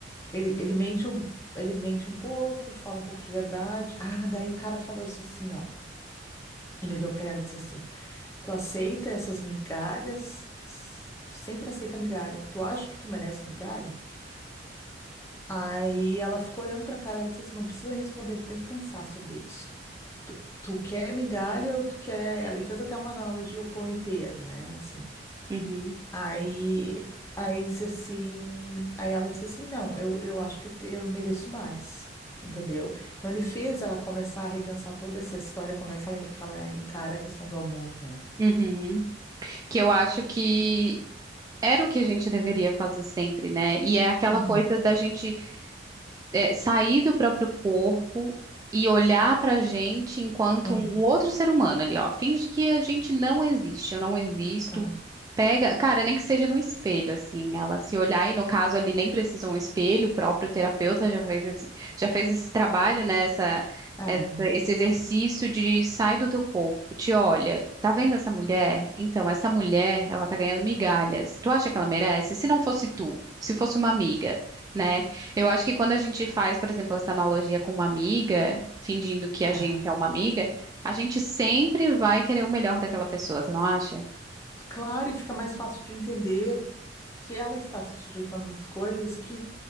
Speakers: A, on the left; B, on the right.
A: Ele, ele mente um, ele mente um pouco, fala um pouco de verdade. Ah, daí o cara falou isso assim, ó. Ele olhou pra ela e disse assim: Tu aceita essas migalhas? Tu sempre aceita migalha. Tu acha que tu merece migalha? Aí ela ficou olhando pra cara e disse assim: Não precisa responder, tu tem que pensar sobre isso. Tu, tu quer migalha ou tu quer. Ele fez até uma analogia ao pão inteiro, né? Assim.
B: Uhum.
A: Aí, aí disse assim, aí ela disse assim, não, eu, eu acho que eu, te- eu mereço mais, entendeu? Então ele fez ela começar a repensar toda essa história, como é que ela, que ela encara a questão do amor, né?
B: Uhum. Que eu acho que era o que a gente deveria fazer sempre, né? E é aquela
A: Uhum,
B: coisa da gente é, sair do próprio corpo e olhar pra gente enquanto
A: aham,
B: um, um outro ser humano ali, ó. Finge que a gente não existe, eu não existo.
A: aham,
B: Pega, cara, nem que seja no espelho, assim, ela se olhar, e no caso ali nem precisa um espelho, o próprio terapeuta já fez esse, já fez esse trabalho, né, essa,
A: é,
B: essa- esse exercício de sai do teu corpo, te olha, tá vendo essa mulher? Então, essa mulher, ela tá ganhando migalhas, tu acha que ela merece? Se não fosse tu, se fosse uma amiga, né? Eu acho que quando a gente faz, por exemplo, essa analogia com uma amiga, fingindo que a gente
A: aham.
B: é uma amiga, a gente sempre vai querer o melhor daquela pessoa, tu não acha?
A: Claro, e fica mais fácil de entender que ela está se sujeitando às coisas que,